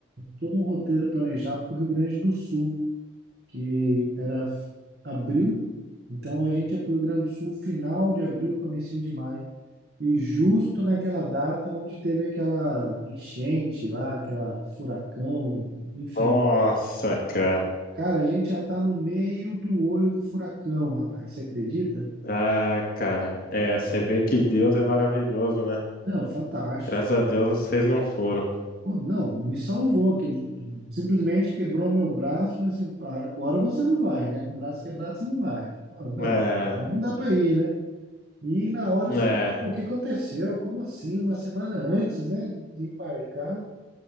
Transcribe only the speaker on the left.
Nossa, cara.
Ah, cara. É, você vê que Deus é maravilhoso, né?
Graças a Deus vocês não foram.
É,
é,